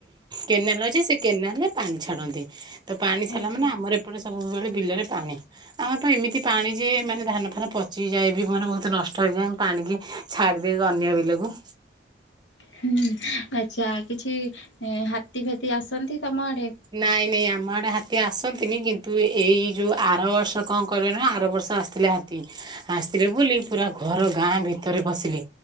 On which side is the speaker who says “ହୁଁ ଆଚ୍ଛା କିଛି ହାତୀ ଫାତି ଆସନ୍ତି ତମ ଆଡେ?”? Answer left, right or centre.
Left